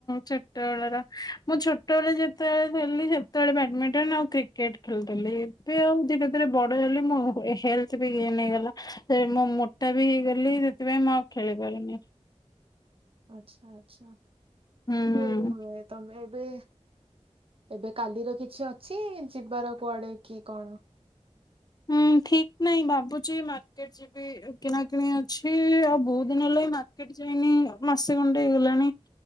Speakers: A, on the left; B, on the right.
A: ଛୋଟ ବଳର ମୁଁ ଛୋଟବେଳେ ଯେତେବେଳେ ଥେଲି ସେତେବେଳେ ବ୍ୟାଡମିଣ୍ଟନ ଆଉ କ୍ରିକେଟ ଖେଳୁଥିଲି ଏବେ ଆଉ ଧୀରେ ଧୀରେ ବଡ ହେଲି ମୋ ହେଲଥ୍ ବି ଗେନ ହେଇଗଲା ମୋ ମୋଟା ବି ହେଇଗଲି ସେଥିପାଇଁ ମୁଁ ଆଉ ଖେଳି ପାରୁନି।
B: ଆଛା ଆଚ୍ଛା।
A: ହୁଁ।
B: ହୁଏ ହୁଏ ତମେ ଏବେ ଏବେ କାଲିର କିଛି ଅଛି ଯିବାର କୁଆଡେ କି କଣ?
A: ହୁଁ ଠିକ୍ ନାଇଁ ଭାବୁ ଚି ମାର୍କେଟ ଯିବି କିଣାକ ଅଛି ଆଉ ବହୁତ ଦିନ ହେଲା ମାର୍କେଟ ଯାଇନି ମାସେ ଖଣ୍ଡେ ହେଇଗଲାଣି